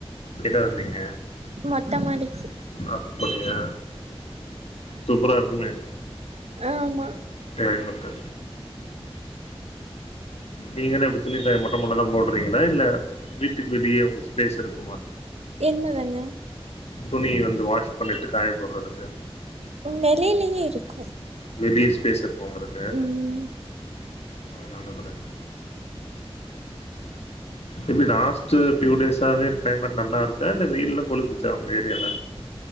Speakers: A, on the left; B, on the right.
A: என்ன வந்தீங்க
B: மொட்ட மாடிக்கி
A: அப்டியா சூப்பரா இருக்குமே
B: ஆமா
A: கிளைமெட்டு நீங்கன்னா எப்டி துணிக்காய மொட்ட மாடில தா போடுறீங்களா இல்ல வீட்டுக்கு வெளிய உங்க ஸ்பேஸ் இருக்குமா
B: என்ன வெங்க
A: துணி வந்து வாஷ் பண்ணிட்டு காய போடுறதுக்கு
B: வெளிலயே இருக்கு
A: வெளிய ஸ்பேஸ் இருக்கு ஒங்களுக்கு
B: ம்
A: அது நல்லதுதா இப்டி லாஸ்ட் பியூ டோஸ் ஆ வே கிளைமேட் நல்லா இருக்கா இல்ல வெயில்லா கொளுத்துச்சா உங்க ஏரியால